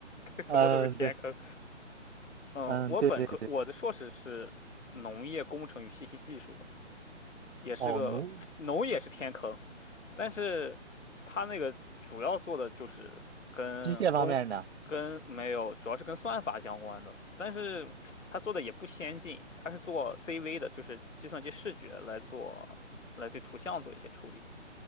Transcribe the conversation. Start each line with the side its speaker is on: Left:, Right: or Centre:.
Left: <laughs> 什么都是天坑。
Right: 嗯，对，
Left: 嗯，
Right: 嗯，
Left: 我本科我的硕士是农业工程与信息技术的，
Right: 对对。
Left: 也是个农也是天坑，
Right: 哦，奴
Left: 但是它那个主要做的就是跟工跟没有，
Right: 机械方面呢？
Left: 主要是跟算法相关的，但是它做的也不先进，它是做 CV 的，就是计算机视觉来做来对图像做一些处理。